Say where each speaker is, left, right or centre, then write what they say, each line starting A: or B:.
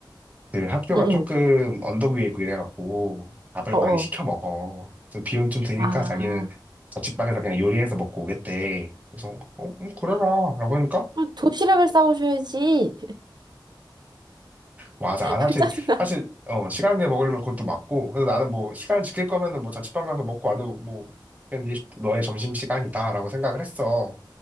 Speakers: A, on the right; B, on the right.
A: 그 학교가
B: 응,
A: 조금
B: 응.
A: 언덕 위에 있고 이래갖고 밥을
B: 어어.
A: 많이 시켜 먹어. 그래서 비용 좀 드니까
B: 아,
A: 자기는 자취방에서 그냥 요리해서 먹고 오겠대. 그래서 어, 어, 그래라 라고 하니까
B: 아, 도시락을 싸오셔야지.
A: 맞아. 아, 사실
B: <laughs> 짜증나.
A: 사실 어, 시간에 먹으려면 그것도 맞고 그래서 나는 뭐 시간 지킬 거면은 뭐 자취방 가서 먹고 와도 뭐 그냥 네- 너의 점심시간이다 라고 생각을 했어.